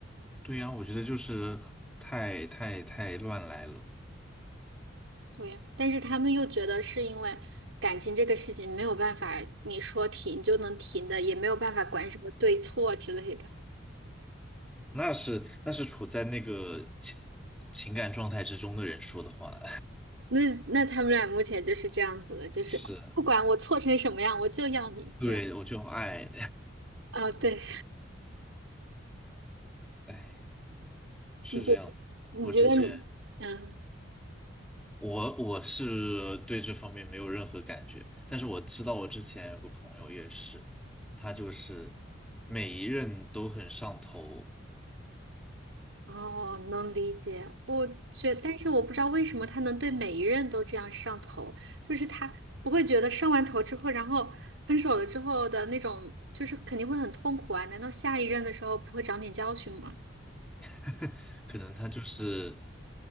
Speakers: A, in the centre; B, on the right (about 80°).
A: 对呀，我觉得就是太太太乱来了。
B: 对呀，但是他们又觉得是因为感情这个事情没有办法，你说停就能停的，也没有办法管什么对错之类的。
A: 那是那是处在那个情情感状态之中的人说的话，
B: 那那他们俩目前就是这样子的，
A: <laughs>
B: 就是不管我错成什么样，
A: 是，
B: 我就要你这样
A: 对，我就爱，
B: 啊。对，
A: <laughs> 哎。是这样的，
B: 你觉你觉得你嗯？
A: 我之前我我是对这方面没有任何感觉，但是我知道我之前有个朋友也是，他就是每一任都很上头，
B: 哦，能理解。我觉，但是我不知道为什么他能对每一任都这样上头，就是他不会觉得上完头之后，然后分手了之后的那种，就是肯定会很痛苦啊。难道下一任的时候不会长点教训吗？
A: <laughs> 可能他就是